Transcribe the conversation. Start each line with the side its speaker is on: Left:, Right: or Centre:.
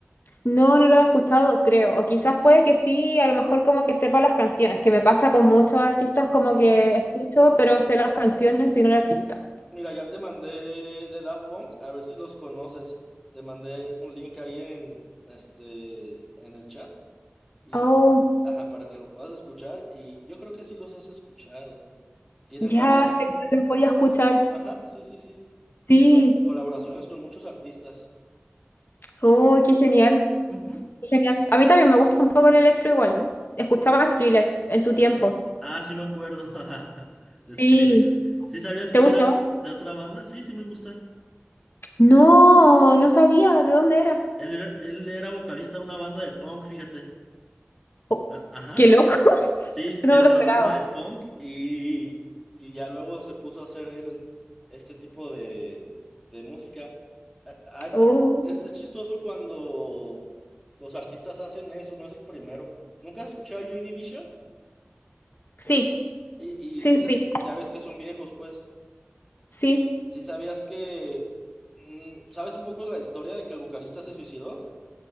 Left: No, no lo he escuchado, creo. O quizás puede que sí, a lo mejor como que sepa las canciones, que me pasa con muchos artistas como
Centre: Ajá.
Left: que escucho, pero sé las canciones y no el artista.
Centre: Mira, ya te mandé de Daft Punk, a ver si los conoces. Te mandé un link ahí en este en el chat y
Left: Oh,
Centre: ajá, para que lo puedas escuchar y yo creo que sí los has escuchado. Tienen
Left: ya
Centre: varias
Left: sé que los voy a escuchar.
Centre: Ajá, sí, sí, sí.
Left: Sí.
Centre: Tiene va- colaboraciones con muchos artistas.
Left: Oh, qué genial.
Centre: Ujú.
Left: Genial. A mí también me gusta un poco el electro igual. Escuchaba a Skrillex en su tiempo.
Centre: Ah, sí me acuerdo. <laughs>
Left: Sí.
Centre: De Skrillex. ¿Sí sabías
Left: ¿Te
Centre: que
Left: gustaba?
Centre: él era de otra banda? Sí, sí me gusta.
Left: No, no sabía de dónde era.
Centre: Él era, él era vocalista de una banda de punk, fíjate.
Left: Oh,
Centre: A- ajá.
Left: qué loco. <laughs>
Centre: Sí,
Left: No
Centre: de
Left: me
Centre: una
Left: lo esperaba.
Centre: banda de punk Y, y ya luego se puso a hacer él este tipo de, de música. A- a-
Left: Oh,
Centre: a- Es, es chistoso cuando los artistas hacen eso, no es el primero. ¿Nunca has escuchado Joy Division?
Left: sí,
Centre: Y,
Left: sí,
Centre: y sí, sa-
Left: sí,
Centre: ya ves que son viejos, pues.
Left: sí.
Centre: ¿Sí sabías que... mm, ¿Sabes un poco la historia de que el vocalista se suicidó?